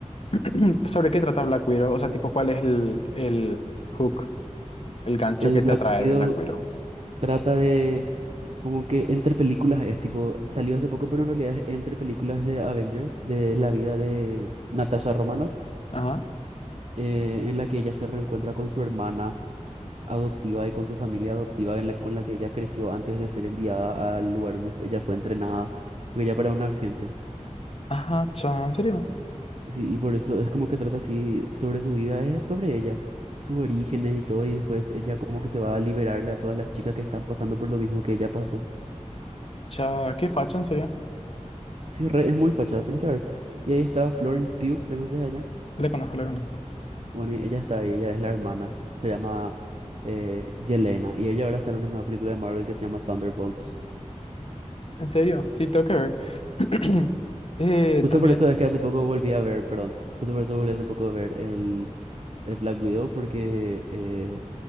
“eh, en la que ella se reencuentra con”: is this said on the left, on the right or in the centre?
Right